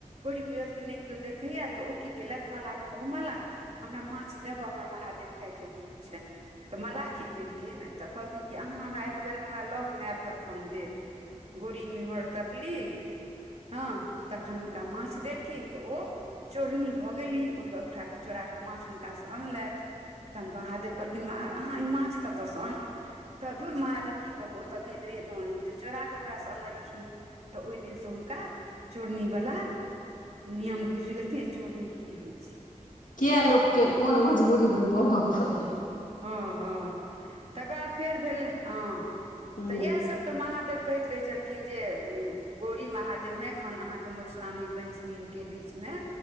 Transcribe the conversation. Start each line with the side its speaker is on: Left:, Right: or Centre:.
Right: गौरी बुझलखिन नहि केओ देखैय त ओ की केलय मलाहँ कहू मलाह हमरा माछ देबह हमरा महादेव खायके मोन छै त मल्लाह की केलखिन त कहलखिन कि अहाँ हमरा एक बेेर हमरा लगमे आयब तखन देब गौरी मी हर तकली हँ तखन हुनका माछ देलखिन त ओ चोरनी भऽ गेली ओतय उठा कऽ चोराके माछ हुनकासँ अनलैथ तहन महादेव कहलखिन अहाँ ई माछ कतऽसँ अनहु तऽ दूर महादेव की कहू ओत गेल रहिय लोन ई त चोरा क ओकरासँ अनलखिन त ओहि दिनसँ हुनका चोरनी बला नियम बुझि गेल चोरनी की होइ छै
Left: किया लोक के कोन मजबूरी मे बनअ पड़े
Right: हँ हँ तकर फेर भेलै हँ
Left: हूँ
Right: त इएह सब त महादेव कहैत रहै छलखिन जे गौरी महादेव मे खन अहाँके मधुश्रावणी पंचमी के बीचमे